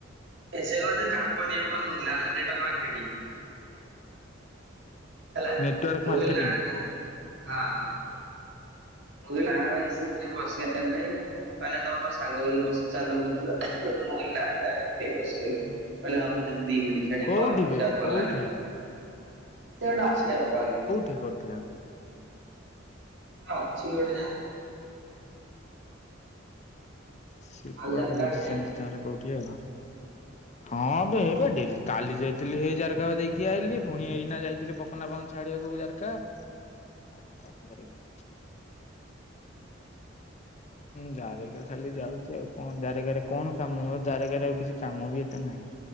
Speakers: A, on the right; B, on the left.
A: ଏ ସେ ଗୋଟେ କାମ କରିବାକୁ ମୋତେ କହୁଥିଲା ହେଲା ନେଟୱାର ମାର୍କେଟିଙ୍ଗ। ହେଲା
B: ନେଟୱାର୍କ
A: ମୁଁ
B: ମାର୍କେଟିଂ
A: କହିଲି ନାଁ ନାଁ ହଁ। ମୁଁ କହିଲି ନାଁ ଭାଇ ସେଥିରେ ପସିବାର ନାହିଁ କହିଲା ତମ ସାଙ୍ଗ କିଏ ପଶଚାନ୍ତ କହୁଥୁଲ। ମୁଁ କହିଲି ନାଁ ନାଁ କେହି ପଶିବେନି। କହିଲା ଇଉ ମୁଁ ତତେ ଦି ମିଣ୍ଟି ଛାଡିି଼କି
B: କୋଉଠି
A: କଲ୍ କରୁଚି
B: ବେ
A: ଆଉ କଲାନେଇ
B: କୋଉଠି
A: କଲ। ସେ ଅଟେ ଅଛି ଆଉ କହିବି କଣ?
B: ଠି କରୁଥୁଲା ଆଗ।
A: ହଁ ଅଛି ଗୋଟେ ଯା
B: ଶିଳ୍ପ
A: ଆଉ ଝରକା
B: ବାବୁ ବୁଝିଚନ୍ତି
A: ଆଡେ ଯାଇନୁ?
B: ତାହେଲେ କୋଉଠି ଆଉ।
A: <inaudible>
B: ହଁ ବେ ଏବେ ଡେଲି କାଲି ଯାଇଥିଲି ହେଇ ଜାରକା ଦେଇକି ଆଇଲି ଫୁଣି ଏଇନା ଯାଇଥିଲି ବ କୁନାପାଙ୍କୁ ଛାଡ଼ିବାକୁ ଜାରକା।
A: <inaudible>
B: ଆଉ କନ୍ କରିବା? ହୁଁ ଜାରକା ଖାଲି ଯାଉଚି ଆଉ କଣ ଜାରକାରେ କଣ କାମ ଓ ଜାରକାରେ ଆଉ କିଛି କାମ ବି ଏତେ ନାହିଁ।